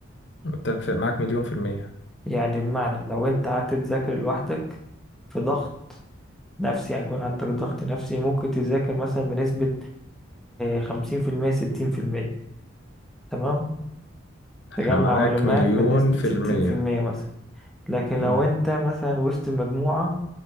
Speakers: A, on the left (about 60°); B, in the centre.
A: متفق معاك مليون في المية
B: يعني بمعنى لو أنت قعدت تذاكر لوحدك في ضغط نفسي هيكون عندك ضغط نفسي ممكن تذاكر مثلا بنسبة خمسين في المية ستين في المية تمام تجمع
A: انا معاك
B: معلومات
A: مليون
B: بنسبة
A: في
B: ستين
A: المية
B: في المية مثلا لكن
A: امم
B: لو انت مثلا وسط المجموعة